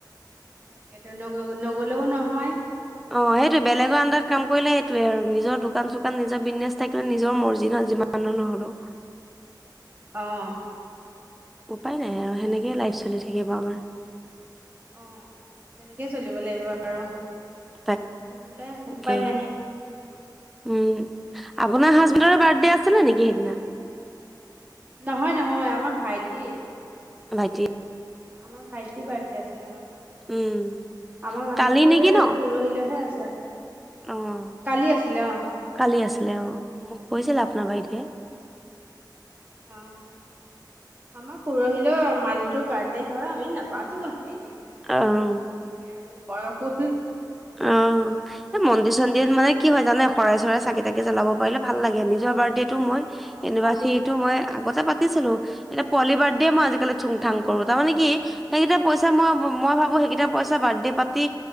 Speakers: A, on the right; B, in the centre.
A: তাকেতো নগ নগলেও নহয়।
B: অ', সেইটোৱে বেলেগৰ আডাৰত কাম কৰিলে সেইটয়ে আৰু নিজৰ দোকান
A: উম
B: চোকান নিজৰ বিজনেচ থাকিলে নিজৰ মৰ্জি যিমান নহ'লেও।
A: অ'।
B: উপায়
A: তাকেতো
B: নাই আৰু সেনেকেই লাইফ চলি থাকিব আমাৰ।
A: অ', তেনেকেই চলিব লাগিব আৰু।
B: তাকে
A: নহ'লে উপায় নাই
B: উম, আপোনাৰ হাজবেণ্ডৰ বাৰ্থডে আছিলে নেকি সেইদিনা?
A: নহয়-নহয় আমাৰ ভাইটিৰ।
B: ভাইটিৰ।
A: আমাৰ ভাইটি বাৰ্থডে আছিলে অ',
B: উম
A: আমাৰ মানুহটোৰ
B: কালি নেকি ন
A: পৰহিলেহে আছে।
B: অ'
A: কালি আছিলে অ,
B: কালি আছিলে অ' মোক কৈছিল আপ নাৰ ভাইটিয়ে।
A: অ, অ' আমাৰ পৰহিলে মানটোৰ বাৰ্থডে হয় আমি নাপাতো। এনেই চাকি তাকি
B: অ
A: জ্বলাই থৈ দিওঁ এতিয়া আৰু বয়সু হল।
B: অ' এই মন্দিৰ চন্দিৰ
A: নাপাতো
B: মানে
A: আৰু
B: কি হয় জানে শৰাই চৰাই চাকি তাকি জ্বলাব পাৰলে ভাল লাগে নিজৰ বাৰ্থডেটো মই
A: অ,
B: এনিভাৰ্চাৰীটো
A: মন্দিৰ
B: মই আগতে পাতিছিলো এতিয়া পোৱালিৰ বাৰ্থডে মই আজিকালি থুংথাং কৰো তাৰ মানে কি সেইকেইটা পইচা মই মই ভাবো সেইকেইটা পইচা বাৰ্থডে পাৰ্টি